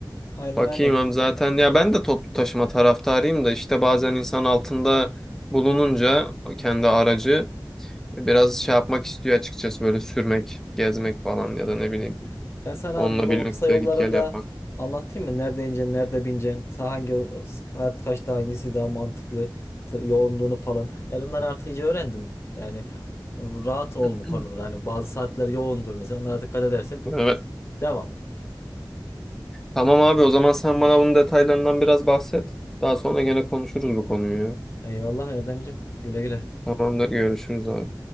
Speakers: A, on the left (about 30°); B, in the centre.
A: Aynen
B: Bakayım
A: aynen.
B: hem zaten ya ben de toplu taşıma taraftarıyım da işte bazen insan altında bulununca kendi aracı biraz şey yapmak istiyor açıkçası böyle sürmek, gezmek falan ya da ne bileyim
A: Ben sana
B: onunla
A: bunun
B: birlikte
A: kısa yollarında
B: git gel yapmak.
A: anlatayım mı? Nerede ineceksin, nerede bineceksin, sa- hangi o- saat kaçta hangisi daha mantıklı, tır- yoğunluğunu falan. Ben onları artık iyice öğrendim. Yani rahat ol
B: <clears throat>
A: bu konuda da. Hani bazı saatler yoğundur mesela. Onlara dikkat edersen
B: Evet.
A: devam.
B: Tamam abi o zaman sen bana bunun detaylarından biraz bahset. Daha sonra gene konuşuruz bu konuyu ya.
A: Eyvallah Erdemcim. Güle güle.
B: Tamamdır görüşürüz abi.